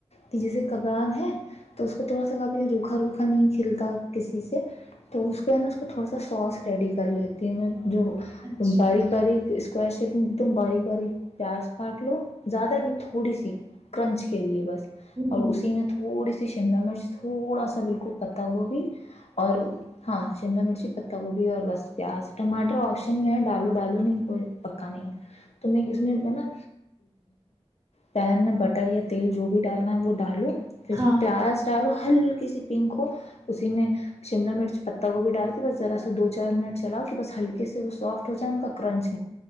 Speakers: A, on the left; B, on the right.
A: کہ جیسے کباب ہے تو اس کو تھوڑا سا کبھی روکھا روکھا نہیں کھلتا کسی سے تو اس پہ ہے نا اس کو تھوڑا سا سوس ریڈی کر لیتی ہوں میں جو
B: اچھا
A: باریک باریک اسکور شیپ میں ایک دم باری باری پیاز کاٹ لو زیادہ نہیں تھوڑی سی کرنچ کے لیے بس
B: ہوں
A: اور
B: ہوں
A: اسی میں تھوڑی سی اس شملہ مرچ تھوڑا سا بالکل پتتا گوبھی اور ہاں شملہ مرچی پتہ گوبھی اور بس پیاز ٹماٹر آپشن میں ہے ڈالو ڈالو نہیں کوئی پکا نہیں ہے تو میں اس میں میں نا پین میں بٹر یا تیل جو بھی ڈالنا ہے وہ ڈالوں پھر اس
B: ہاں
A: میں پیاز ڈالو ہلکی سی پنک ہو اسی میں شملا مرچ پتہ کو بھی ڈال کے بس ذرا سا دو چار منٹ چلاؤ کے بس ہلکے سے وہ سافٹ ہو جائے ان کا کرنچ